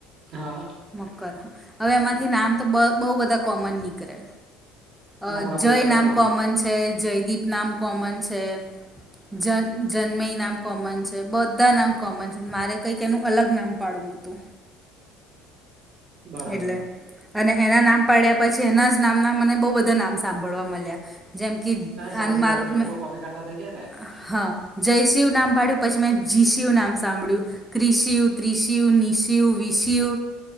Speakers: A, on the right; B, in the centre.
A: હા
B: મકર, હવે એમાંથી નામ તો બ બહુ બધા કોમન નીકળે. અ
A: ના પણ આ
B: જય
A: બહુ સરસ
B: નામ કોમન છ છે, જયદીપ નામ કોમન છે, જન જન્મય નામ કોમન છે, બધ ધા નામ કોમન છે, મારે કંઈક એનું અલગ નામ પાડવું હતું.
A: બરાબર
B: એટલે, અને એના નામ પાડ્યા પછી એનાજ નામના મને બહુ બધા નામ સાંભળવા મળ્યા. જેમ કીદ
A: સાચી
B: અનુમારું
A: વાત છે લોકો
B: મે
A: કોપી કરતા થઈ જાય ને
B: અ હા, જયશિવ નામ પાડ્યું, પછી મેં જીશિવ નામ સાંભળ્યું. ક્રિશિવ, ત્રીશિવ, નીશિવ, વિશિવ